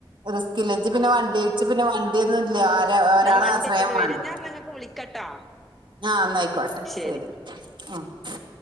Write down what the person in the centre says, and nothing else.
ഞാൻ വണ്ടി
വെച്ചല്ലേ
വരാ ഞാൻ എന്നാ ഇങ്ങക്ക് വിളിക്കട്ടാ
ശരി